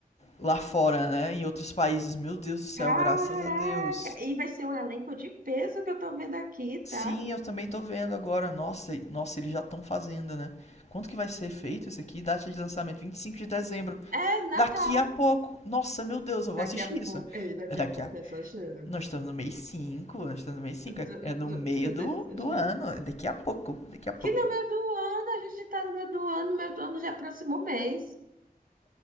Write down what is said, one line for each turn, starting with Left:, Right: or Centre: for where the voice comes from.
Left: lá fora, né? Em outros países. Meu Deus do céu,
Right: Caraca!
Left: graças a Deus.
Right: E vai ser um elenco de peso que eu tô vendo aqui, tá?
Left: Sim, eu também tô vendo agora. Nossa, e- nossa, eles já estão fazendo, né? Quanto que vai ser feito isso aqui? Data de lançamento 25 de dezembro.
Right: É Natal.
Left: Daqui a pouco. Nossa, meu Deus, eu vou
Right: Daqui
Left: assistir
Right: a pouco.
Left: isso.
Right: Ei, daqui
Left: É daqui
Right: a pouco
Left: a
Right: é exagero.
Left: Nós estamos no mês cinco nós estamos no mês cinco
Right: Do-
Left: é é no
Right: do-
Left: meio
Right: se
Left: do,
Right: der Exagero.
Left: do ano,
Right: esse-
Left: é daqui a pouco, daqui a pouco.
Right: Que no meio do ano, a gente tá no meio do ano, no meio do ano já é próximo mês.